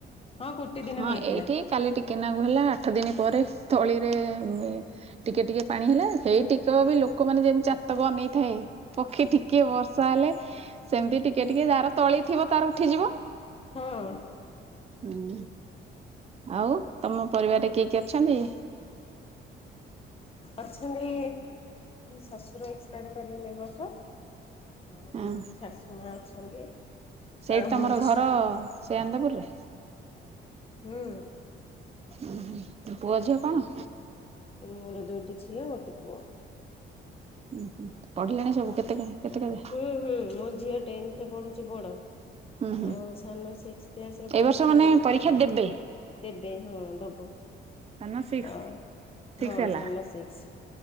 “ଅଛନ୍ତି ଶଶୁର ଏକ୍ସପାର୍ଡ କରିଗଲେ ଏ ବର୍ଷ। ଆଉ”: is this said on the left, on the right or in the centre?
Left